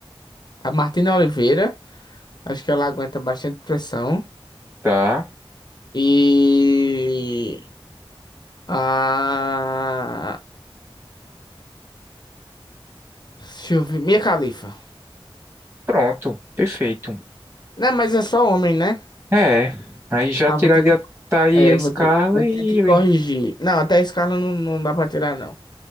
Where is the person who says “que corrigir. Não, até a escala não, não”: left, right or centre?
Left